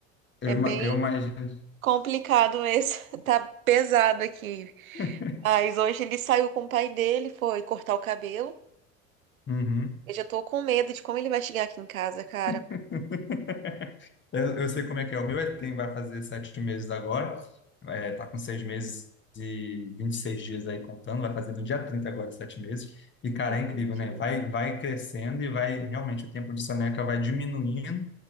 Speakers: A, on the left (about 25°); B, on the right (about 80°).
A: Eu,
B: é bem
A: ima- eu imagino.
B: complicado isso. <laughs> Tá pesado aqui.
A: <laughs>
B: Mas hoje ele saiu com o pai dele, foi cortar o cabelo.
A: Uhum.
B: Eu já tô com medo de como ele vai chegar aqui em casa, cara.
A: <laughs> Eu, eu sei como é que é. O meu é- tem, vai fazer sete meses agora, é, tá com seis meses e 26 dias aí contando, vai fazer no dia 30 agora, sete meses. E, cara,
B: Entendi.
A: é incrível, né? Vai, vai crescendo e vai, realmente, o tempo de soneca vai diminuindo